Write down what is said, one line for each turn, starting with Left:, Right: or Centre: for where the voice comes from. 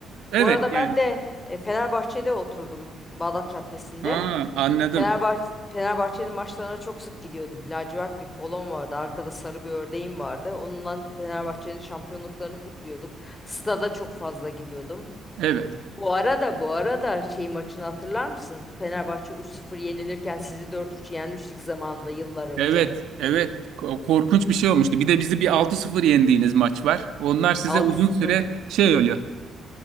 Right: Evet
Left: Bu arada
Right: yani.
Left: ben de e, Fenerbahçe'de oturdum Bağdat Caddesi'nde.
Right: Ha, anladım.
Left: Fenerbahçe, Fenerbahçe'nin maçlarına çok sık gidiyordum. Lacivert bir polon vardı. Arkada sarı bir ördeğim vardı. Onunla Fenerbahçe'nin şampiyonluklarını kutluyorduk. Stada çok fazla gidiyordum.
Right: Evet.
Left: Bu arada bu arada şey maçını hatırlar mısın? Fenerbahçe 3-0 yenilirken sizi 4-3 yenmiştik zamanında yıllar önce.
Right: Evet, evet. Ko- Korkunç bir şey olmuştu. Bir de bizi bir altı sıfır yendiğiniz maç var. Onlar size
Left: 6-0
Right: uzun süre şey oluyor.